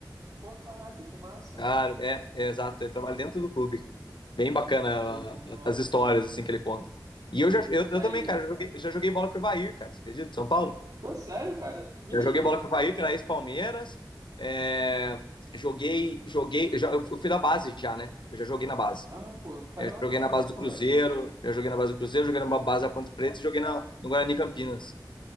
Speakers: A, on the right (about 45°); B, on the left (about 75°).
A: Pô, caraca, que massa.
B: Cara, é, é exato. Ele trabalha dentro do clube. Bem bacana
A: Pô.
B: ah, as histórias assim que ele conta. E eu já, eu, eu
A: Aí.
B: também, cara, já joguei, já joguei bola com o Ivair, cara. Você acredita? São Paulo?
A: Pô, sério, cara? Mentira.
B: Eu joguei bola com o Ivair, que era ex-Palmeiras. É, joguei, joguei. Eu, já- eu fui da base já, né? Eu já joguei na base.
A: Ah, pô, caramba,
B: Eu joguei
A: que
B: na
A: massa,
B: base do Cruzeiro,
A: velho.
B: já joguei na base do Cruzeiro, joguei na base da Ponte Preta, joguei na, no Guarani Campinas.